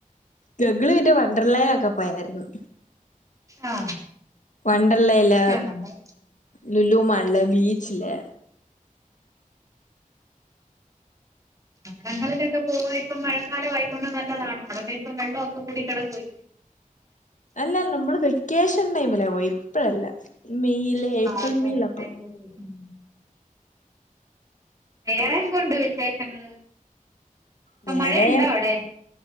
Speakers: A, on the left; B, on the right.
A: ഞങ്ങള് പിന്നെ വണ്ടർ ലേ ഒക്കെ പോയായിരുന്നു
B: ആ
A: വണ്ടർലേല്
B: ആ നമ്മൾ
A: ലുലുമാളില്, ബീച്ചില്
B: അവിടങ്ങളിലൊക്കെ പോവാ ഇപ്പൊ മഴക്കാലം ആയിക്കൊണ്ട് നല്ലതാ അവിടൊക്കെ ഇപ്പൊ വെള്ളൊക്കെ കൂടി കെടക്കുവ
A: അല്ല നമ്മള് വെക്കേഷൻ ടൈമിലാ പോയി ഇപ്പഴല്ല മെയ്യില്
B: ആ
A: ഏപ്രിൽ
B: വെക്കേഷൻ
A: മെയ്ലാ
B: ടൈമില്
A: പോയത്
B: ഉം വേറെന്തുണ്ട് വിശേഷങ്ങള് ഇപ്പൊ
A: വേറെ
B: മഴയുണ്ടോ അവിടെ